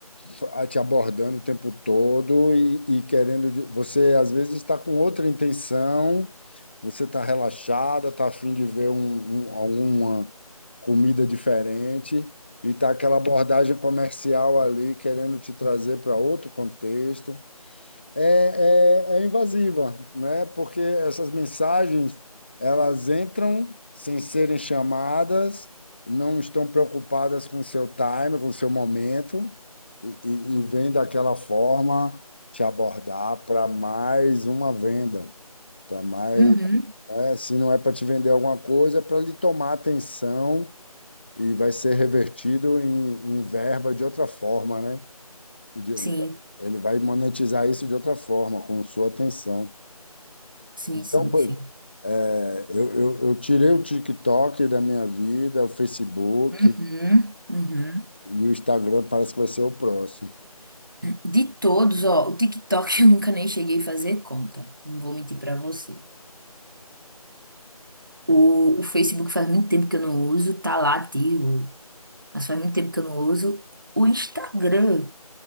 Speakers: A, on the left; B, on the right.
A: fa- te abordando o tempo todo e, e querendo. de- Você às vezes está com outra intenção você está relaxada, está afim de ver um, um- alguma comida diferente e está aquela abordagem comercial ali querendo te trazer para outro contexto. É, é, é invasiva, né? Porque essas mensagens elas entram sem serem chamadas, não estão preocupadas com seu time, com seu momento e, e, e vêm daquela forma te abordar para mais uma venda para mais
B: Uhum.
A: é, se não é para te vender alguma coisa, é para lhe tomar atenção e vai ser revertido em, em verba de outra forma, né? De-
B: Sim,
A: ele vai monetizar isso de outra forma, com sua atenção.
B: sim,
A: Então,
B: sim,
A: pô,
B: sim.
A: é, eu, eu, eu tirei o TikTok da minha vida, o Facebook
B: Uhum. Uhum.
A: e o Instagram parece que vai ser o próximo.
B: De todos, ó, o TikTok <laughs> eu nunca nem cheguei a fazer conta. Não vou mentir pra você. O, o Facebook faz muito tempo que eu não uso, tá lá ativo. mas faz muito tempo que eu não uso. O Instagram